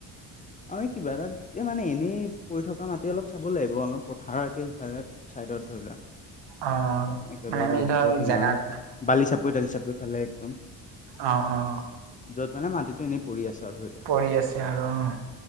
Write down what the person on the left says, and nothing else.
আমি কিবা এটাত মানে এনেই পৰি থকা মাটি অলপ চাব লাগিব আমাৰ পথাৰ একে সিফালে, চাইডত ধৰি লোৱা।
একেবাৰে
ব্ৰহ্মপুত্ৰৰ
কিনাৰত
বালি চাপৰি দালি চাপৰি ফালে একদম।
য'ত মানে মাটিটো এনে পৰি আছে আৰু ধৰি লওক,